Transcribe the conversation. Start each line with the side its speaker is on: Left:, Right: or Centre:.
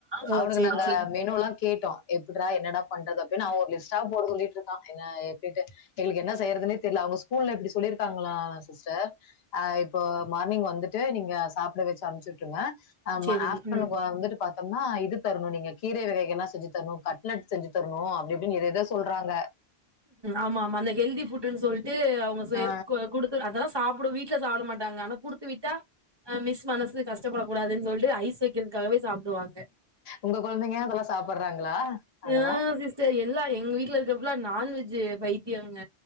Right: ஓ
Left: அவனுக்கு
Right: சேரி
Left: நாங்க
Right: சேரி
Left: மெனுலா கேட்டோ எப் புட்ரா என்னடா பண்றது அப்டின் அவ ஒரு லிஸ்டா போட சொல்லிட் இருக்கா என்ன எப்பிட்டு எங்களுக்கு என்ன செய்யறதுனே தெரியல அவங்க ஸ்கூல்ல இப்டி சொல்லிருக்காங்களா சிஸ்டர் அ இப்போ மார்னிங் வந்துட்டு நீங்க சாப்ட வெச்சு அம்ச்சு விட்ருங்க ஆம்
Right: சேரி
Left: ஆஃப்டர்நூன்
Right: ம்
Left: வந்துட்டு பாத்தோம்னா இது தரணு நீங்க கீரை வகைகள்லா செஞ்சு தரணு கட்லெட் செஞ்சு தரணு அப்டிஇப்டின் ஏதேதோ சொல்றாங்க
Right: ஆமா ஆமா அந்த ஹெல்த்தி ஃபுட்டுன் சொல்ட்டு அவங்க செ
Left: ஆ
Right: க குடு அதெல்லா சாப்ட வீட்ல சாப்ட மாட்டாங்க ஆனா குடுத்து விட்டா ஆ மிஸ் மனசு கஷ்டப்பட கூடாதேன் சொல்ட்டு ஐஸ் வெக்கறதுக்காகவே சாப்டுவாங்க
Left: உங்க கொழந்தைங்க அதெல்லா சாப்படுறாங்களா அதெல்லா
Right: ஆ எல்லா எங்க வீட்ல இருக்கது ஃபுல்லா நான்வெஜ் பைத்தியங்க